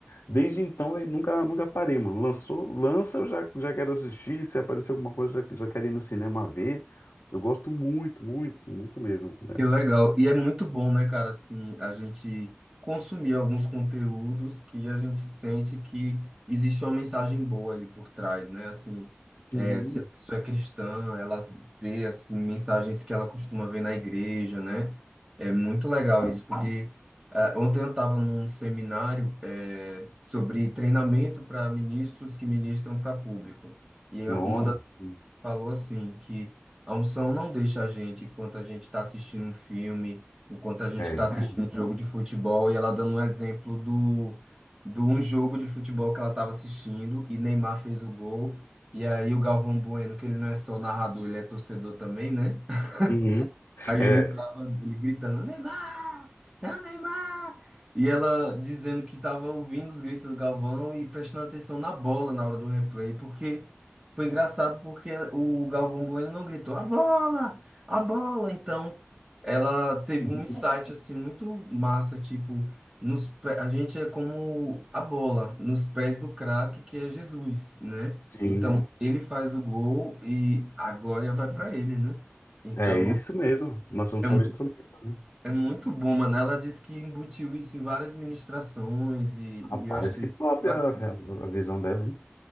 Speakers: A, on the left; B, on the right.
A: desde então eu nunca, nunca parei, mano. Lançou, lança, eu já, já quero assistir, se aparecer alguma coisa, já, já quero ir no cinema ver. Eu gosto muito, muito, muito mesmo, né?
B: Que legal. E é muito bom, né, cara, assim, a gente consumir alguns conteúdos que a gente sente que existe uma mensagem boa ali por trás, né? Assim, é,
A: Sim.
B: se a pessoa é cristã, ela vê, assim, mensagens que ela costuma ver na igreja, né? É muito legal
A: Ah,
B: isso, porque ah, ontem eu estava num seminário é, sobre treinamento para ministros que ministram para público. E é
A: Nossa,
B: uma
A: sim.
B: falou assim que a unção não deixa a gente enquanto a gente está assistindo um filme, enquanto a gente
A: É
B: está
A: isso
B: assistindo
A: mesmo.
B: um jogo de futebol, e ela dando um exemplo do de um jogo de futebol que ela estava assistindo e Neymar fez o gol. E aí o Galvão Bueno, que ele não é só narrador, ele é torcedor também, né? <laughs>
A: Uhum.
B: Aí
A: É,
B: ele tava, ele gritando, Neymar! É o Neymar! E ela dizendo que tava ouvindo os gritos do Galvão e prestando atenção na bola na hora do replay, porque foi engraçado porque o Galvão Bueno não gritou, a bola! A bola! Então, ela teve
A: <laughs>
B: um insight, assim, muito massa, tipo, nos, pé- a gente é como a bola, nos pés do craque, que é Jesus, né?
A: sim,
B: Então, ele faz o gol e a glória vai para ele, né? Então...
A: é isso mesmo. Nós somos
B: é
A: só um instrumento. né?
B: é muito bom, mano. Ela disse que embutiu isso em várias ministrações e,
A: Rapaz,
B: e eu achei
A: que top
B: bacana.
A: a, a visão dela, hein?